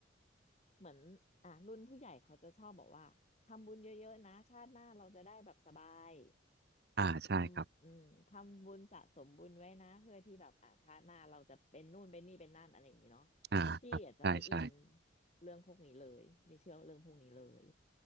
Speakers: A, on the left; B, on the right.
A: เหมือนอ่ะรุ่นผู้ใหญ่เขาจะชอบบอกว่าทำบุญเยอะๆนะชาติหน้าเราจะได้แบบสบาย
B: อ่าใช่ครับ
A: ทำอืมทำบุญสะสมบุญไว้นะเพื่อที่แบบอ่าชาติหน้าเราจะเป็นนู่นเป็นนี่เป็นนั่นอะไรอย่างนี้เนาะ
B: อ่าครับใช่ใช่
A: พี่อาจจะไม่อินเรื่องพวกนี้เลยไม่เชื่อเรื่องพวกนี้เลย